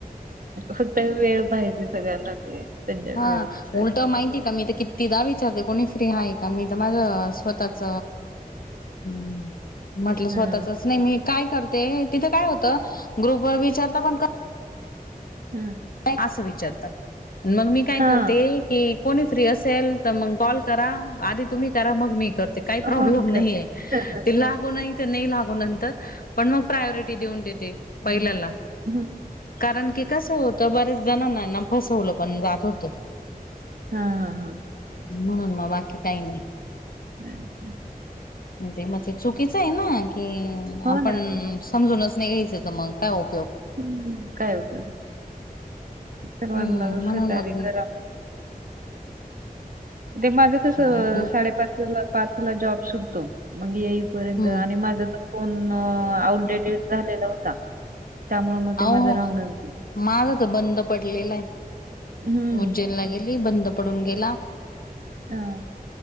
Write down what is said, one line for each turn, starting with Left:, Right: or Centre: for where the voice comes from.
Right: फक्त वेळ पाहिजे सगळ्यांना ते. त्यांच्या
Left: हा.
Right: वेळेनुसार.
Left: उलट माहिती मी तर कितीदा विचारते कोणी फ्री हाय का? मी तर माझं स्वतःच हम्म. म्हटलं स्वतःचच
Right: हां,
Left: नाही मी करते तिथं काय होतं ग्रुपवर विचारता पण
Right: हम्म.
Left: असं विचारतात. मग मी काय
Right: हां.
Left: करते. की कोणी फ्री असेल तर मग कॉल करा आधी तुम्ही करा मग मी करते. काही प्रॉब्लेम
Right: हो मी करते.
Left: नाहीे.
Right: हं, हं,
Left: ते लागो
Right: हो ना.
Left: नाही ते नाही लागो नंतर. पण मग प्रायोरिटी देऊन देते पहिल्याला.
Right: हम्.
Left: कारण की कसं होतं बऱ्याच जणांना ना फसवलं पण जात होतं.
Right: हा हा हा.
Left: म्हणून मग बाकी काही नाही.
Right: हं ह.
Left: ते म ते चुकीचं आहे ना. कि
Right: हो
Left: आपण
Right: ना.
Left: समजूनच नाही घ्यायच तर मग काय उपयोग.
Right: हम्. काय उपयोग? सर्वांना
Left: हम्म म्हणून
Right: सहकार्य
Left: मग मी
Right: करा ते माझं कस
Left: आपलं
Right: साडेपाच ला पाच ला जॉब सुटतो मग पर्यंत
Left: हम्म
Right: आणि माझा त फोन आउटडेटेड झालेला होता. त्यामुळे मग
Left: अ
Right: ते
Left: हो.
Right: माझं राहूनच गेलं.
Left: माझा तर बंद पडलेला आहे.
Right: हं.
Left: उज्जैनला गेली‌. बंद पडून गेला.
Right: हम.